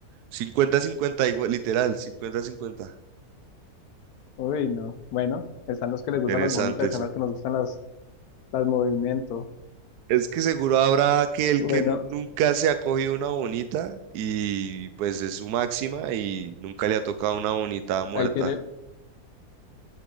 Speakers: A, on the right; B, on the left.
A: Cincuenta-cincuenta igual, literal, cincuenta-cincuenta.
B: uy, no. Bueno, están los que les
A: Interesante,
B: gustan las bonitas, están
A: sí.
B: las que nos gustan las, las movimientos.
A: Es que seguro habrá aquel
B: Bueno,
A: que nunca se ha cogido una bonita y pues es su máxima y nunca le ha tocado una bonita muerta.
B: ahí tiene,